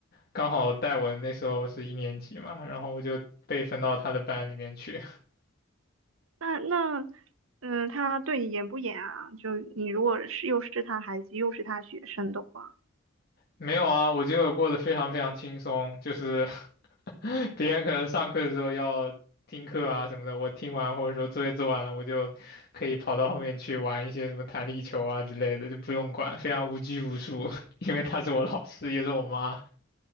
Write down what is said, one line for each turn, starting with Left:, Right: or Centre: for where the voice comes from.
Left: 刚好带我的那时候是一年级嘛，然后我就被分到他的班里面去。<laughs>
Right: 那那。嗯，她对你严不严啊？就你如果是又是她孩子又是她学生的话。
Left: 没有啊，我觉得我过得非常非常轻松，就是 <laughs> 别人可能上课的时候要听课啊什么的，我听完或者说作业做完了，我就可以跑到后面去玩一些什么弹力球啊之类的，就不用管，非常无拘无束，<laughs> 因为他是我老师，也是我妈。